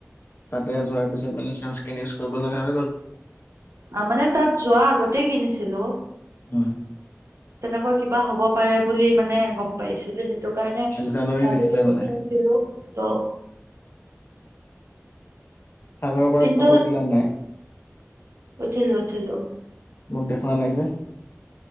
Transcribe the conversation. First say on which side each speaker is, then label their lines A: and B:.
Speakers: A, on the left; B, on the right.
A: তাতে যোৱাৰ পিছত মানে ছানস্কিন ইউজ কৰিব লগা হৈ গ'ল।
B: মানে তাত যোৱা আগতে কিনিছিলো।
A: উম।
B: তেনেকুৱা কিবা হ'ব পাৰে বুলি মানে গম পাইছিলো। টো কাৰণে
A: এক জানুৱাৰী
B: আগতেতো
A: দিছিলে মানে
B: কিনিছিলো ত'
A: আগৰৰ পৰা
B: কিন্তু
A: ফটো উঠিলে নাই?
B: উঠিলো উঠিলো।
A: মোক দেখুওৱা নাই যে?